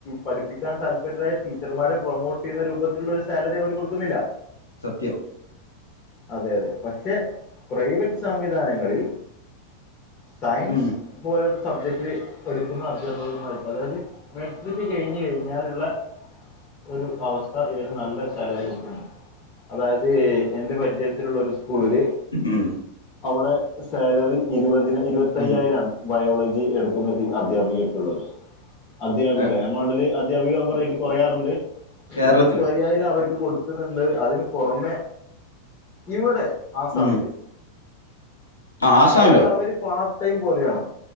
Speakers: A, on the left; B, on the left.
A: പഠിപ്പിക്കാൻ താല്പര്യരായി ടീച്ചർമാരെ പ്രൊമോട്ട് ചെയ്യുന്ന രൂപത്തിലുള്ള ഒരു സാലറി അവർ കൊടുക്കുന്നില്ല
B: സത്യം
A: അതെ അതെ പക്ഷെ പ്രൈവറ്റ് സംവിധാനങ്ങളിൽ സയൻസ്
B: ഉം
A: പോലത്തെ സബ്ജക്ട് പഠിക്കുന്ന അധ്യാപകമാർക്ക് അതായത് മെട്രിക്ക് കഴിഞ്ഞഞ് കഴിഞ്ഞാലുള്ള ഒരു അവസ്ഥ ഇവര് നല്ല സാലറി കൊടുക്കുന്നുണ്ട് അതായത് എന്റെ പരിചയത്തിലുള്ള ഒരു സ്കൂളില്
B: ഉം
A: അവിടെ സാലറി ഇരുപതി ഇരുപത്തയ്യായിരാണ്
B: ഉം
A: ബയോളജി എടുക്കുന്ന അധ്യാപികയ്ക്കുള്ളത് അധ്യാപിക
B: ഏഹ്
A: ഞമ്മ നാട്ടില് അധ്യാപികകുമ്പ റേറ്റ് കുറയാറുണ്ട്
B: കേരളത്തിലോ
A: ഇരുപത്തി അയ്യായിരം അവർക്ക് കൊടു ന്നുണ്ട് അതിന് പുറമെ ഇവിടെ ആസാമില്
B: ഉം ആ, ആസാമിലോ
A: അതായതവര് പാർട്ട് ടൈം പോലെയാണ്